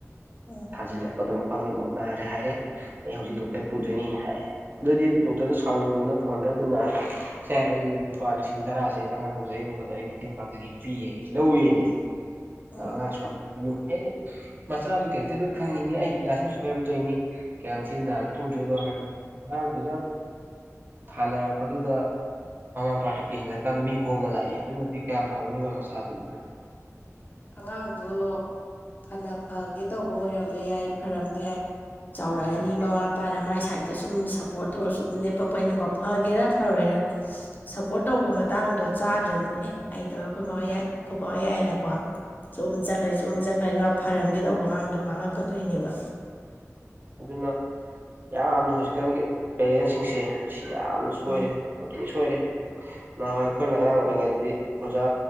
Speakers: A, on the left; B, on the right.
A: ꯎꯝ
B: ꯊꯥꯖꯤꯜꯂꯛꯄꯗ ꯃ ꯈ꯭ꯋꯥꯡ ꯅꯤꯃꯛ ꯅꯥꯔꯦ ꯍꯥꯏꯔꯦ ꯑꯩ ꯍꯧꯖꯤꯛ ꯗꯣꯛꯇꯔ ꯄꯨꯗꯣꯏꯅꯤ ꯍꯥꯏ ꯑꯗꯨꯗꯤ ꯗꯣꯛꯇꯔꯗ ꯁꯥꯎꯅꯤꯡꯕꯅ ꯐꯣꯟꯗ ꯑꯗꯨꯅ ꯁꯦ ꯑꯩ ꯂꯨꯄꯥ ꯂꯤꯁꯤꯡ ꯇꯔꯥꯖꯦ ꯑꯉꯥꯡ ꯂꯥꯌꯦꯡꯕꯗ ꯑꯩ ꯃꯇꯦꯡ ꯄꯥꯡꯖꯒꯦ ꯄꯤꯌꯦ ꯂꯧꯋꯦꯅꯦ
A: ꯎꯝ
B: ꯑꯉꯥꯡ ꯁꯨꯃꯥꯏ ꯇꯧꯕꯤꯅꯨ ꯑꯩꯗꯤ ꯃꯆꯥꯗꯨ ꯀꯦꯔꯦꯛꯇꯔ ꯂꯣꯏ ꯈꯪꯉꯤꯅꯤ ꯑꯩ ꯏꯆꯥꯁꯤꯅ ꯁꯣꯏꯔꯝ ꯇꯧꯔꯤꯅꯤ ꯀꯌꯥꯝ ꯊꯤ ꯅ ꯅꯥꯥꯟ ꯐꯨꯗꯣꯏꯅꯣ ꯍꯥꯏꯕ ꯑꯉꯥꯡꯗꯨꯅ ꯊꯥꯅꯔꯛꯄꯗꯨꯗ ꯃꯃꯥ ꯃꯄꯥꯗꯨ ꯏꯜꯂꯀꯥꯟꯗ ꯃꯤ ꯈꯣꯝꯃ ꯂꯥꯛꯑꯦ ꯑꯗꯨꯅꯗꯤ ꯀꯌꯥꯝ ꯐꯥꯎꯅꯤ ꯃꯣꯏ ꯃꯆꯥꯗꯨꯅꯣ
A: ꯑꯉꯥꯡꯗꯣ ꯐꯅ ꯐꯥꯒꯦ ꯇꯧꯕ ꯑꯣꯏꯔꯝꯕ ꯌꯥꯏ ꯐꯔꯝꯗꯕ ꯌꯥꯏ ꯆꯥꯎꯔꯛꯑꯅꯤ
B: ꯃꯥꯅꯦ
A: ꯃꯃꯥ ꯃꯄꯥꯅ ꯃꯥꯏ ꯁꯥꯏꯠꯇ ꯁꯨꯝ ꯁꯞꯄꯣꯔꯠ ꯇꯧꯔ ꯁꯨꯝ ꯂꯦꯞꯄꯛ ꯄꯅꯤꯅꯀꯣ ꯐꯒꯦꯔꯥ ꯐꯔꯣꯏꯔ ꯁꯞꯄꯣꯔꯠ ꯇꯧꯕ ꯃꯇꯥꯡꯗꯣ ꯆꯥꯗ꯭ꯔꯝꯅꯤꯅꯦ ꯑꯦ ꯑꯩꯗ ꯑꯩꯈꯣꯏ ꯌꯥꯏ ꯑꯩꯈꯣꯏ ꯕꯥ ꯍꯣꯢ ꯌꯥꯏꯅꯀꯣ ꯁꯨꯝ ꯆꯠꯈ꯭ꯔꯦ ꯁꯨꯝ ꯆꯠꯈ꯭ꯔꯦ ꯐꯔꯝꯒꯦ ꯇꯧꯕ ꯑꯉꯥꯡꯗꯣ ꯃꯥꯡꯉꯛꯀꯗꯣꯏꯅꯦꯕ
B: ꯑꯗꯨꯅ ꯌꯥꯝꯅ ꯍꯧꯖꯤꯛꯀꯥꯟꯒꯤ ꯄꯦꯔꯦꯟꯁꯤꯡꯁꯦ ꯁꯤ ꯌꯥꯝꯅ ꯁꯣꯏꯔꯦ
A: ꯎꯝ
B: ꯁꯣꯏꯔꯦ ꯅꯍꯥꯟꯋꯥꯏ ꯑꯩꯈꯣꯏꯅ ꯑꯉꯥꯡ ꯑꯣꯏꯔꯤꯉꯩꯗꯤ ꯑꯣꯖꯥ